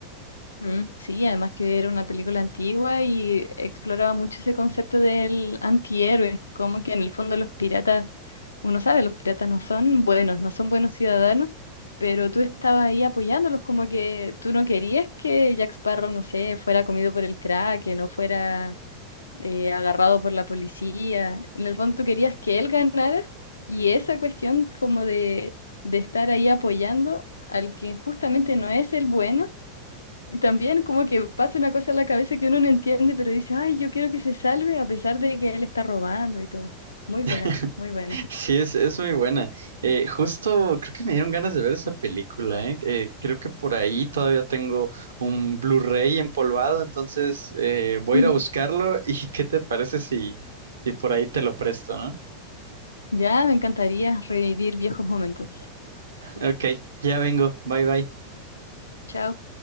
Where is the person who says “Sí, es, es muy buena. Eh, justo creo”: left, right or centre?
Right